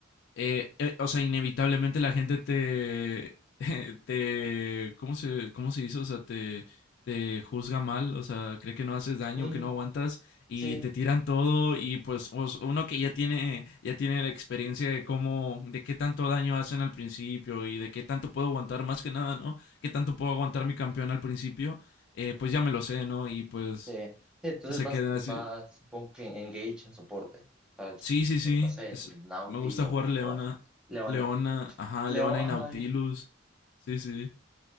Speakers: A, on the left; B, in the centre.
A: eh, eh, o sea, inevitablemente la gente te, <laughs> te, ¿cómo se, cómo se dice? O sea, te, te juzga mal, o sea, cree que no haces daño,
B: Mm,
A: que no aguantas y
B: sí,
A: te tiran todo y pues os- uno que ya tiene, ya tiene la experiencia de cómo, de qué tanto daño hacen al principio y de qué tanto puedo aguantar, más que nada, ¿no? Qué tanto puedo aguantar mi campeón al principio, eh, pues ya me lo sé, ¿no? Y pues
B: sí. Sí, Entonces
A: se
B: vas,
A: quedan
B: vas,
A: así.
B: supongo que en engage en soporte. O sea,
A: Sí, sí,
B: no,
A: sí.
B: no sé,
A: es-
B: en Nauti
A: me gusta
B: o,
A: jugar
B: o
A: Leona.
B: qué vas. Leona.
A: Leona, ajá,
B: Leo,
A: Leona
B: ay,
A: y Nautilus. Sí, sí.